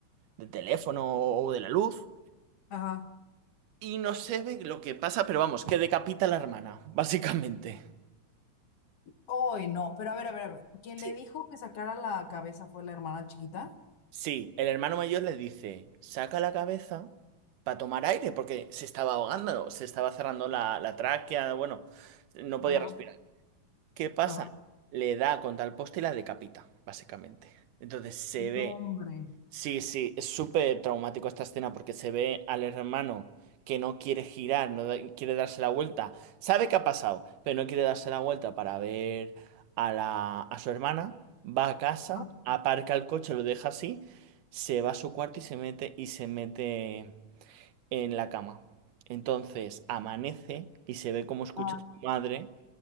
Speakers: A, on the right; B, on the left.
A: de teléfono o de la luz
B: ajá.
A: y no se ve lo que pasa, pero vamos, que decapita a la hermana, básicamente.
B: Ay, no, pero a ver, a ver, a ver. ¿Quién
A: sí
B: le dijo que sacara la cabeza fue la hermana chiquita?
A: Sí, el hermano mayor le dice, saca la cabeza para tomar aire, porque se estaba ahogando, se estaba cerrando la, la tráquea, bueno, no podía
B: Ajá,
A: respirar. ¿Qué pasa?
B: ajá.
A: Le da contra el poste y la decapita, básicamente. Entonces se ve
B: No, hombre.
A: Sí, sí, es súper traumático esta escena porque se ve al hermano que no quiere girar, no da- quiere darse la vuelta. Sabe que ha pasado, pero no quiere darse la vuelta para ver a la, a su hermana. Va a casa,
B: Ajá,
A: aparca el coche, lo deja así, se va a su cuarto y se mete y se mete en la cama. Entonces amanece y se ve cómo escucha
B: ajá,
A: a su madre